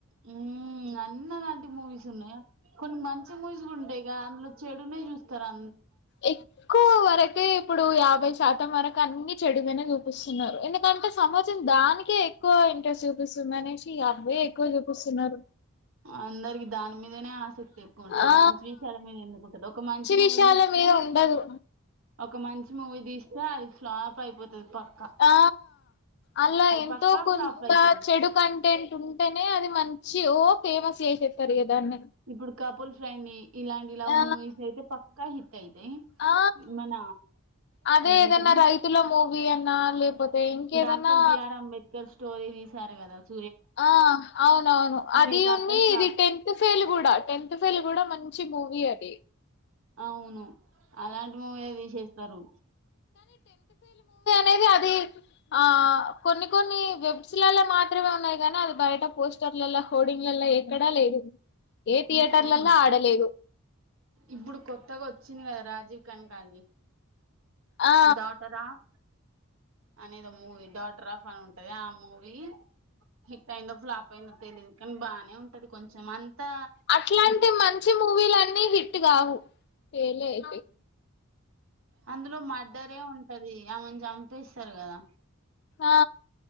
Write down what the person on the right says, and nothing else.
ఉమ్ అన్నలాంటి మూవీస్ ఉన్నయా? కొన్ని మంచి మూవీస్ గూడా ఉంటాయి గ అందులో చెడునే జూస్తరుఆ
అందరికి దాని మీద్ మీదనే ఆసక్తి ఎక్కువుంటది.
మంచి విషయాల మీద ఎందుకుంటది ఒక మంచి మూవీ
జూస్తే
ఒక మంచి మూవీ దీస్తే అది ఫ్లాప్ అయిపోతది పక్
పక్కా
ఫ్లాప్ అయితది
ఇపుడ్ కపుల్ ఫ్రెండ్ ని ఇలాంటి లవ్
మూవీస్ అయితే పక్కా హిట్ అయితయి
మన
అదేంటిది
డాక్టర్ బిఆర్ అంబేద్కర్ స్టోరీ దీసారు గదాచ్
అయితే
అట్టర్ ఫ్లాప్
అవును అలాంటి మూవే దిశేస్తరు
అవున్
ఇప్పుడు కొత్తగొచ్చింది గదా రాజీవ్ కనకాలదీ
డాటర్ ఆఫ్ అనేదో మూవీ డాట్ ట్రఫ్ అని ఉంటది ఆ మూవీ హిట్ అయిందో, ఫ్లాప్ అయిందో తెలిదు కాని బానే ఉంట్ పదు కొంచమంతా
అందులో మడ్డరే ఉంటది ఆమెన్ జంపేస్తారు గదా